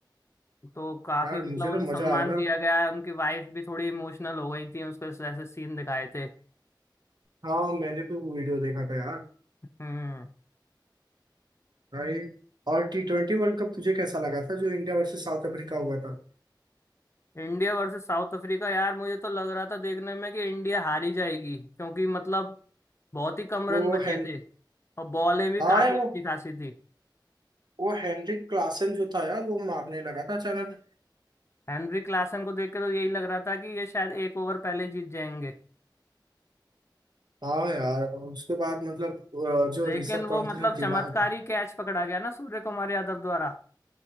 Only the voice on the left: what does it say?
तो काफी
मतलब
उन्हें
सम्मान
दिया गया है उनकी वाइफ भी थोड़ी इमोशनल हो गई थी उसके ऐसे सीन दिखाए थे
हम्म
इंडिया वर्सेस साउथ अफ्रीका यार मुझे तो लग रहा था देखने में कि इंडिया हारी जाएगी क्योंकि मतलब बहुत ही कम
रन बचे
थे और बॉलें भी
काफी
अच्छी खासी थी
हेनरी क्लासन को देख के तो यही लग रहा था कि ये शायद एक ओवर पहले जीत जाएंगे
लेकिन
वो
मतलब
चमत्कारी कैच पकड़ा गया ना सूर्य कुमार यादव द्वारा